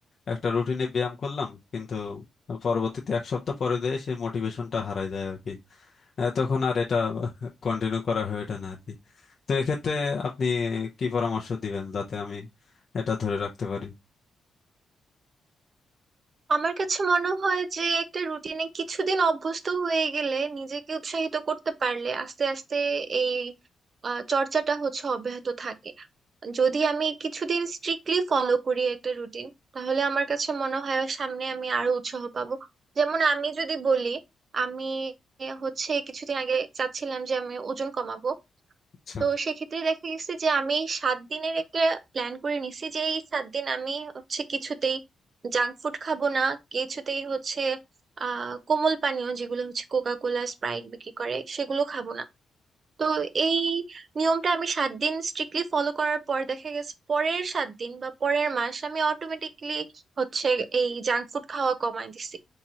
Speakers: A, on the left (about 40°); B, on the right (about 40°).
A: একটা রুটিনে ব্যায়াম করলাম কিন্তু পরবর্তীতে এক সপ্তাহ পরে দেয় সেই মোটিভেশনটা হারায় যায় আর কি আহ, তখন আর এটা <laughs> কন্টিনিউ করা হয়ে ওঠে না আর কি তো এক্ষেত্রে আপনি কি পরামর্শ দিবেন যাতে আমি এটা ধরে রাখতে পারি
B: আমার কাছে মনে হয় যে একটা রুটিনে কিছুদিন অভ্যস্ত হয়ে গেলে নিজেকে উৎসাহিত করতে পারলে আস্তে আস্তে এই আহ, চর্চাটা হচ্ছে অব্যাহত থাকে যদি আমি কিছুদিন স্ট্রিক্টলি ফলো করি একটা রুটিন তাহলে আমার কাছে মনে হয় সামনে আমি আরো উৎসাহ পাবো যেমন আমি যদি বলি আমি হচ্ছে কিছুদিন আগে চাচ্ছিলাম যে আমি ওজন কমাবো
A: আচ্ছা
B: তো সেক্ষেত্রে দেখা গেছে যে আমি সাত দিনের একটা প্ল্যান করে নিছি যে এই সাত দিন আমি হচ্ছে কিছুতেই জাঙ্ক ফুড খাবো না কিছুতেই হচ্ছে আহ কোমল পানীয় যেগুলো হচ্ছে কোকা কোলা স্প্রাইট বিক্রি করে সেগুলো খাবো না তো এই নিয়মটা আমি সাত দিন স্ট্রিক্টলি ফলো করার পর দেখা গেছে পরের সাত দিন বা পরের মাস আমি অটোমেটিকলি হচ্ছে এই জাঙ্ক ফুড খাওয়া কমায় দিছি